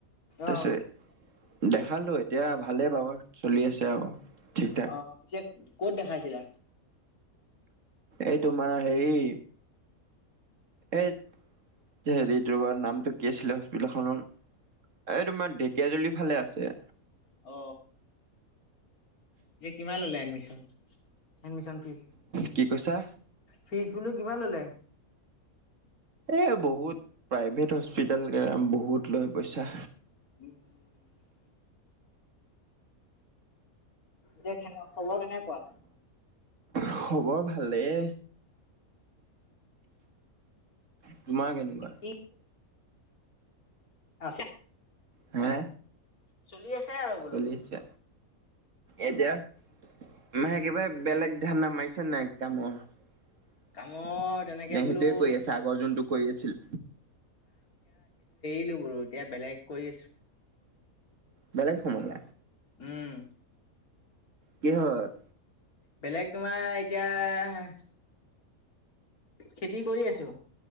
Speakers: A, on the right; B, on the left.
A: তাৰপিছত
B: অ',
A: দেখালো এতিয়া, ভালে বাৰু। চলি আছে আৰু। ঠিক ঠাক।
B: অ' পিছে ক'ত দেখাইছিলা?
A: এই তোমাৰ হেৰি এ হেৰি তাৰ নামটো কি আছিলে হস্পিতেল খনৰ এই তোমাৰ ঢেকীয়া জুলিৰ ফালে আছে।
B: অ যে কিমান ললে এডমিশন এডমিশন ফিছ
A: কি কৈছা
B: ফিজ বোলো কিমান ল'লে?
A: এই বহুত প্ৰাইভেট হস্পিতেল বহুত লয় পইচা।
B: উম যে খবৰ কেনেকুৱা।
A: খবৰ ভালেই। তোমাৰ কেনেকুৱা?
B: কি আছে?
A: হে
B: চলি আছে আৰু বোলো।
A: চলি আছে এতিয়া। মাহে একেবাৰে বেলেগ ধানা মাৰিছে নাই এক কামৰ। নে
B: কামৰ তেনেকে বোলো
A: সেইটোৱে কৰি আছে আগৰ যোনটো কৰি আছিল।
B: ব এতিয়া বেলেগ কৰি আছো।
A: বেলেগ সময় ল
B: উম।
A: কিহত।
B: বেলেগ তোমাৰ এতিয়া। খেতি কৰি আছো।